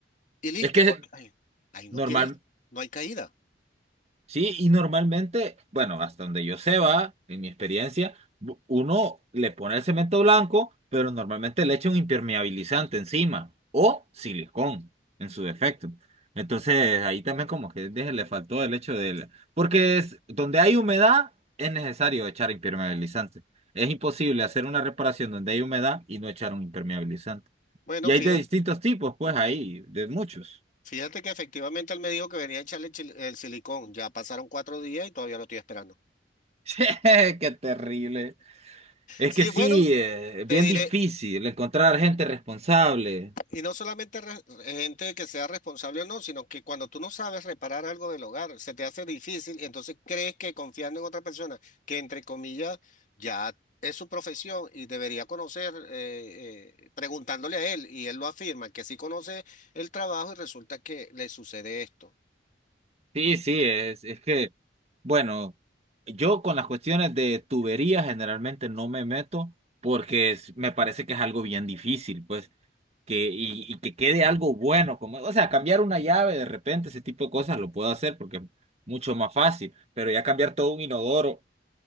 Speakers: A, on the left; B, on the right.
A: y listo,
B: Es que
A: porque ahí, ahí no
B: normal,
A: tienes, no hay caída.
B: Sí, y normalmente, bueno, hasta donde yo sé va, en mi experiencia, bu- uno le pone el cemento blanco, pero normalmente le echa un impermeabilizante encima o silicón en su defecto. Entonces, ahí también como que de- le faltó el hecho del... Porque es, donde hay humedad es necesario echar impermeabilizante. Es imposible hacer una reparación donde hay humedad y no echar un impermeabilizante.
A: Bueno,
B: Y hay
A: fíjate.
B: de distintos tipos, pues ahí, de muchos.
A: Fíjate que efectivamente él me dijo que venía a echarle el, chil- el silicón. Ya pasaron cuatro días y todavía lo estoy esperando.
B: <laughs> Qué terrible. Es
A: Sí,
B: que sí,
A: bueno,
B: eh, es
A: te
B: bien
A: diré,
B: difícil encontrar gente responsable.
A: y no solamente re- gente que sea responsable o no, sino que cuando tú no sabes reparar algo del hogar, se te hace difícil y entonces crees que confiando en otra persona, que entre comillas ya es su profesión y debería conocer, eh, eh, preguntándole a él, y él lo afirma, que sí conoce el trabajo y resulta que le sucede esto.
B: Sí, sí, es, es que, bueno, yo con las cuestiones de tubería generalmente no me meto porque es- me parece que es algo bien difícil, pues, que, y, y que quede algo bueno, como, o sea, cambiar una llave de repente, ese tipo de cosas lo puedo hacer porque es mucho más fácil, pero ya cambiar todo un inodoro.